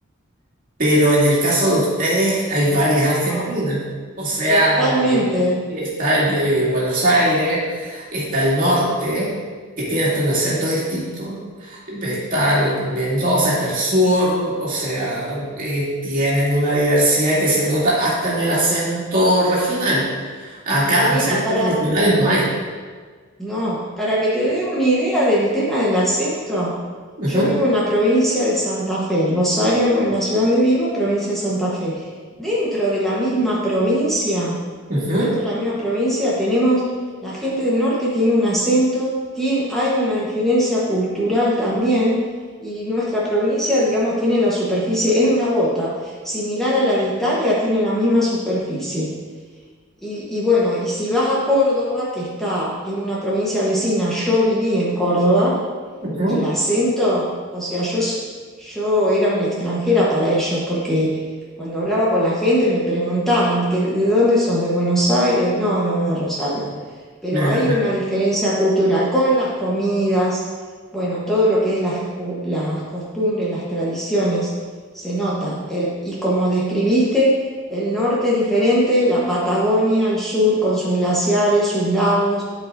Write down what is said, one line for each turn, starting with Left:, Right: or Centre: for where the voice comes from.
Right: Pero en el caso de ustedes hay varias Argentinas.
Centre: No,
Right: O sea,
Centre: totalmente.
Right: eh, está el de Buenos Aires, está el norte, que tiene hasta un acento distinto. Está el Mendoza, está el sur, o sea, eh, tienen una diversidad que se nota hasta en el acento regional. Acá
Centre: Eh, mira,
Right: acentos
Centre: para
Right: regionales no hay.
Centre: No, para que te dé una idea del tema del acento,
Right: Ujú,
Centre: yo vivo en la provincia de Santa Fe, Rosario, en la ciudad donde vivo, provincia de Santa Fe. Dentro de la misma provincia,
Right: ujú,
Centre: dentro de la misma provincia tenemos, la gente del norte tiene un acento, tiene, hay una diferencia cultural también, y nuestra provincia, digamos, tiene la superficie, es una bota, similar a la de Italia, tiene la misma superficie. Y, y bueno, y si vas a Córdoba, que está, es una provincia vecina, yo viví en Córdoba,
Right: ujú,
Centre: el acento, o sea, yo, s- yo era una extranjera para ellos, porque cuando hablaba con la gente me preguntaban, que, ¿de dónde sos? ¿De Buenos Aires? No, no, de Rosario. Pero
Right: claro.
Centre: hay una diferencia cultural con las comidas, bueno, todo lo que es las, cu- las costumbres, las tradiciones, se nota. El- y como describiste, el norte es diferente, la Patagonia, el sur, con sus glaciares, sus lagos,